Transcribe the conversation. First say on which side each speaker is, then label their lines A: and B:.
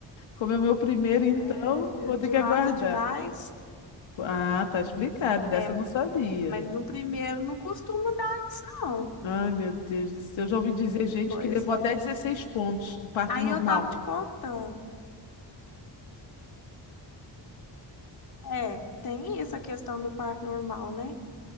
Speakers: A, on the left; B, on the left.
A: Como é o meu primeiro, então,
B: É, di-
A: vou ter
B: dilata
A: que aguardar.
B: demais.
A: Ah, tá explicado. Dessa
B: É,
A: eu não sabia.
B: mas no primeiro não costuma dar isso, não.
A: Ai, meu Deus do céu. Eu já ouvi dizer gente
B: Pois
A: que levou
B: é.
A: até dezesseis pontos no parto
B: Aí
A: normal.
B: eu tava te contando. É, tem essa questão do parto normal, né?